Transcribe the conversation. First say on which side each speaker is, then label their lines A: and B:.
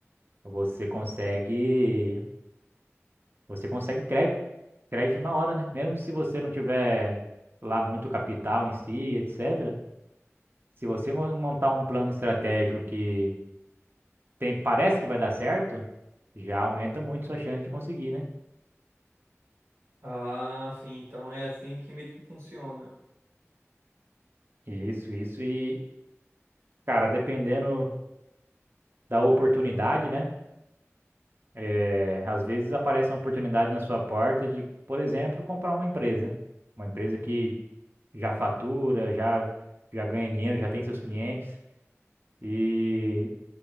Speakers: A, on the right; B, on the right.
A: você consegue, você consegue crédito, crédito na hora, né? Mesmo se você não tiver lá muito capital em si, etc. Se você mo- montar um plano estratégico que tem, parece que vai dar certo, já aumenta muito sua chance de conseguir, né?
B: Ah, sim, então é assim que meio que funciona.
A: Isso, isso. E, cara, dependendo da oportunidade, né? É, às vezes aparece uma oportunidade na sua porta de, por exemplo, comprar uma empresa. Uma empresa que já fatura, já, já ganha dinheiro, já tem seus clientes. E